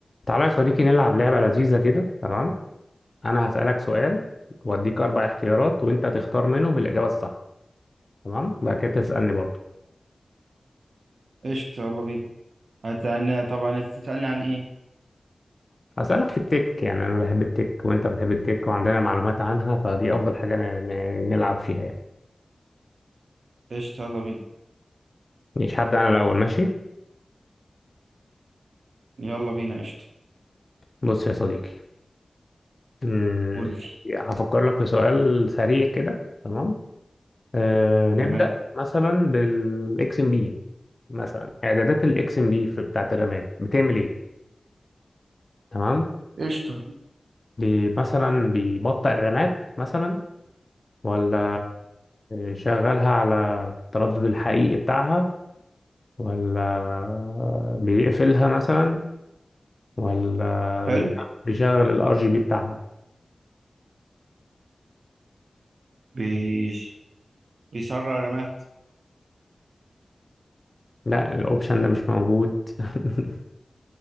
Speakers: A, on the left (about 40°); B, on the right (about 85°).
A: تعالى يا صديقي نلعب لعبة لذيذة كده تمام أنا هسألك سؤال وأديك أربع اختيارات وأنت تختار منهم الإجابة الصح تمام بعد كده تسألني برضو
B: قشطة يلا بينا هتعني طبعا انت تسألني عن ايه
A: هسألك في التك يعني أنا بحب التك وأنت بتحب التك وعندنا معلومات عنها فدي أفضل حاجة ن- ن- نلعب فيها يعني
B: قشطة يلا بينا
A: مش هبدأ أنا الأول ماشي
B: يلا بينا قشطة
A: بص يا صديقي أمم،
B: قولي
A: هفكر لك في سؤال سريع كده تمام أه نبدأ
B: تمام
A: مثلا بالإكس إم بي مثلا إعدادات الإكس إم بي في بتاعة الرامات بتعمل إيه تمام
B: قشطة
A: بي مثلا بيبطئ الرامات مثلا ولا يشغلها على التردد الحقيقي بتاعها ولا بيقفلها مثلا ولا
B: حلو
A: بي- بيشغل الار جي بي بتاعها
B: بيش بيسرع رمات
A: لا الاوبشن ده مش موجود <laughs>